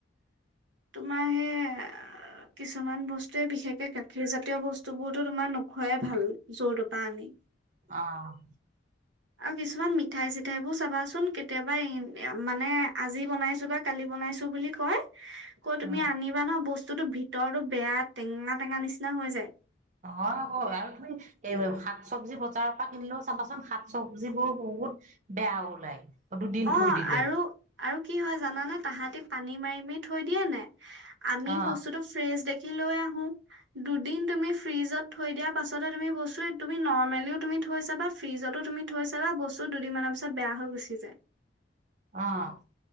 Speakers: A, on the right; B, on the right.
A: তোমাৰ সেই কিছুমান বস্তুৱেই বিশেষকে গাখীৰ জাতীয় বস্তুবোৰতো তোমাৰ নোখোৱাই ভাল। যৰ তৰ পৰা আনি।
B: অঁ!
A: <unintelligible> আৰু কিছুমান মিঠাই-চিঠাইবোৰ চাবা চোন, কেতিয়াবা এই মানে আজি বনাইছোঁ বা কালি বনাইছোঁ বুলি কয়। কেতিয়াবা তুমি
B: উ
A: আনিবা ন বস্তুটো ভিতৰতো বেয়া টেঙা-টেঙা নিচিনা হৈ যায়।
B: অঁ! হয়। আৰু তুমি এই শাক-চবজি বজাৰৰ পৰা কিনিলেও চাবা চোন শাক-চবজিবোৰ বহুত বেয়া ওলাই। দুদিন
A: অঁ!
B: থৈ দিলে
A: আৰু-আৰু কি হয় জানানে? তাহাঁতি পানী মাৰি-মাৰি থৈ দিয়ে নে নাই আমি
B: অ
A: বস্তুটো ফ্ৰেছ দেখি লৈ আহোঁ। দুদিন তুমি ফ্ৰিজত থৈ দিয়াৰ পাছতে তুমি বস্তুটো তুমি নৰ্মেলিও তুমি থৈছা বা ফ্ৰিজতো তুমি থৈ চাবা বস্তু দুদিনমানৰ পিছত বেয়া হৈ গুচি যায়।
B: অঁ!